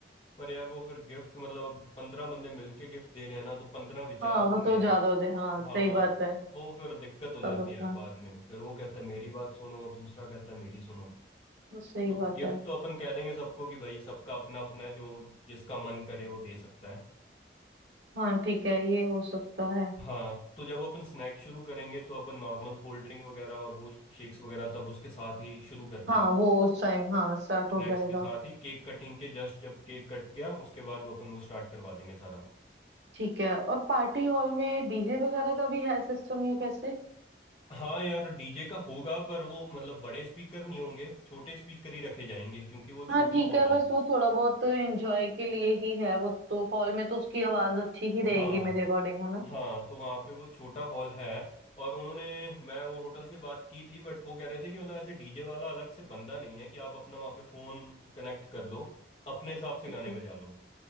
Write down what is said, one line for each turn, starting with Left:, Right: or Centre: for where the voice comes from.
Left: पर यार वो फिर गिफ्ट मतलब अब पंद्रह बंदे मिलके गिफ्ट दे रहे हैं ना तो पंद्रह विचार
Right: हाँ
Left: होंगे
Right: वो तो ज्यादा हो जाए हाँ सही
Left: हाँ
Right: बात है
Left: वो फिर दिक्कत हो
Right: सब
Left: जाती
Right: अपना
Left: है यार बाद में फिर वो कहता है मेरी बात सुनो दूसरा कहता है मेरी सुनो
Right: वो सही
Left: तो
Right: बात
Left: गिफ्ट
Right: है
Left: तो अपन कह देंगे सबको कि भाई सबका अपना अपना है जो जिसका मन करे वो दे सकता है
Right: हाँ ठीक है ये हो सकता है
Left: हाँ तो जब अपन स्नैक शुरू करेंगे तो अपन नॉर्मल कोल्ड ड्रिंक वगैरह और वो शेक्स वगैरह तब उसके साथ ही शुरू कर
Right: हाँ
Left: देंगे
Right: वो उस टाइम हाँ स्टार्ट हो
Left: स्नैक्स
Right: जाएगा
Left: के साथ ही केक कटिंग के जस्ट जब केक कट गया उसके बाद वो अपन वो स्टार्ट करवा देंगे सारा
Right: ठीक है और पार्टी हॉल में डीजे वगैरह का भी है सिस्टम या कैसे
Left: हाँ यार डीजे का होगा पर वो मतलब बड़े स्पीकर नहीं होंगे छोटे स्पीकर ही रखे जाएंगे क्योंकि वो
Right: हाँ
Left: छोटा
Right: ठीक
Left: हॉल
Right: है
Left: है
Right: बस वो थोड़ा बहुत एंजॉय के लिए ही है वो तो हॉल में तो उसकी आवाज अच्छी ही रहेगी
Left: हाँ
Right: मेरे अकॉर्डिंग है ना
Left: हाँ तो वहाँ पे वो छोटा हॉल है और उन्होंने मैं वो होटल से बात की थी बट वो कह रहे थे कि मतलब ऐसे डीजे वाला अलग से बंदा नहीं है कि आप अपना वहाँ पे फोन कनेक्ट कर लो अपने हिसाब से
Right: ठीक
Left: गाने
Right: है
Left: बजा लो